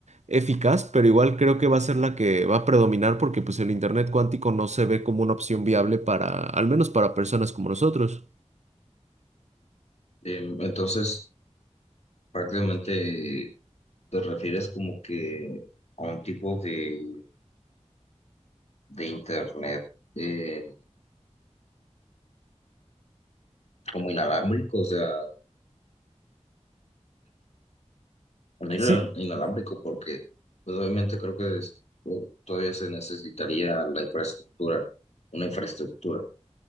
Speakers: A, on the right; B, on the left.
A: eficaz, pero igual creo que va a ser la que va a predominar porque pues el internet cuántico no se ve como una opción viable para, al menos para personas como nosotros.
B: em, Entonces, prácticamente te refieres como que a un tipo de, de internet eh, como inalámbrico, o sea, Un hilo
A: Sí,
B: inalámbrico porque pues obviamente creo que es- o- todavía se necesitaría la infraestructura, una infraestructura.